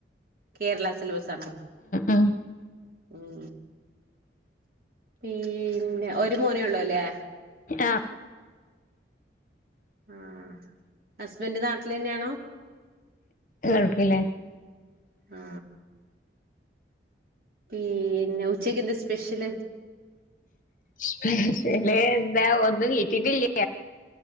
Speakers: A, on the right; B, on the left.
A: കേരള സിലബസാണോ
B: ഉം
A: ഉം പിന്നെ ഒരു മോനേ ഉള്ളൂല്ലേ
B: ആ
A: ആഹ ഹസ്ബൻഡ് നാട്ടിൽ തന്നെയാണോ
B: ഗൾഫില
A: ആ പിന്നെ ഉച്ചക്ക്ന്ത സ്പെഷ്യൽ
B: സ്‌പെഷ്ല് എന്താ ഒന്നും കിട്ടിട്ടില്ല